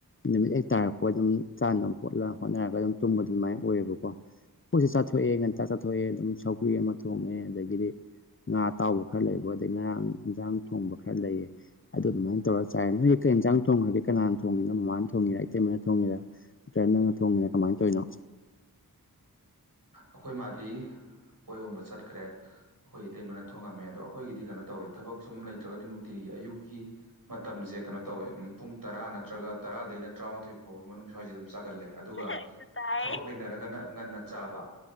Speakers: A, on the left; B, on the right.
A: ꯅꯨꯃꯤꯠ ꯍꯦꯛ ꯇꯥꯔꯛꯄꯒ ꯑꯗꯨꯝ ꯆꯥꯅꯕ ꯄꯣꯠ ꯂꯥꯡ ꯍꯣꯠꯅꯔꯒ ꯑꯗꯨꯝ ꯇꯨꯝꯕ ꯑꯗꯨꯃꯥꯏ ꯑꯣꯏꯌꯦꯕꯀꯣ ꯑꯩꯈꯣꯏꯖꯨ ꯆꯥꯊꯣꯛꯑꯦ ꯉꯟꯇ ꯆꯠꯊꯣꯛꯑꯦ ꯑꯗꯨꯝ ꯁꯧꯒ꯭ꯔꯤ ꯑꯃ ꯊꯣꯡꯉꯦ ꯑꯗꯒꯤꯗꯤ ꯉꯥ ꯑꯇꯥꯎꯕ ꯈꯔ ꯂꯩꯕ ꯑꯗꯩ ꯉꯔꯥꯡ ꯏꯟꯖꯥꯡ ꯊꯣꯡꯕ ꯈꯔ ꯂꯩꯌꯦ ꯑꯗꯨ ꯑꯗꯨꯃꯥꯏꯅ ꯇꯧꯔ ꯆꯥꯏꯌꯦ ꯅꯣꯏ ꯀꯩ ꯏꯟꯖꯥꯡ ꯊꯣꯡꯒ꯭ꯔꯒꯦ ꯀꯅꯥꯟ ꯊꯣꯡꯉꯤꯅꯣ ꯃꯃꯥꯅ ꯊꯣꯡꯉꯤꯔꯥ ꯏꯇꯩꯃꯅ ꯊꯣꯡꯉꯤꯔ ꯅꯠꯇ꯭ꯔ ꯅꯪꯅ ꯊꯣꯡꯉꯤꯔ ꯀꯃꯥꯏꯅ ꯇꯧꯔꯤꯅꯣ
B: ꯑꯈꯣꯏ ꯃꯥꯗꯤ ꯄꯣꯠ ꯌꯣꯟꯕ ꯆꯠꯈ꯭ꯔꯦ ꯑꯩꯈꯣꯏ ꯏꯇꯩꯃꯅ ꯊꯣꯡꯉꯝꯃꯦ ꯑꯗꯣ ꯑꯩꯈꯣꯏꯒꯤꯗꯤ ꯀꯩꯅꯣ ꯇꯧꯋꯦ ꯊꯕꯛ ꯁꯨꯝ ꯂꯩꯇ꯭ꯔꯒꯗꯤ ꯅꯨꯡꯇꯤꯒꯤ ꯑꯌꯨꯛꯀꯤ ꯃꯇꯝꯖꯦ ꯀꯩꯅꯣ ꯇꯧꯋꯦ ꯑꯝ ꯄꯨꯡ ꯇꯔꯥ ꯅꯠꯇ꯭ꯔꯒ ꯇꯔꯥꯗꯩꯅ ꯇ꯭ꯔꯥꯃꯥꯊꯣꯏ ꯐꯥꯎꯕꯒꯤ ꯃꯅꯨꯡ ꯁ꯭ꯋꯥꯏꯁꯦ ꯑꯗꯨꯝ ꯆꯥꯒꯜꯂꯦ ꯑꯗꯨꯒ
A: ꯑꯩꯁꯨ ꯆꯥꯏ
B: ꯊꯕꯛ ꯂꯩꯅꯔꯒꯅ ꯉꯟꯅ ꯆꯥꯕ